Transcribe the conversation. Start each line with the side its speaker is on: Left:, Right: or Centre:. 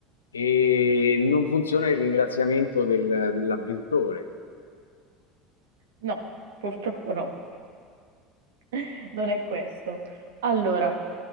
Left: e non funziona il ringraziamento del- dell'avventore.
Right: No, purtroppo no. <laughs> non è questo. Allora,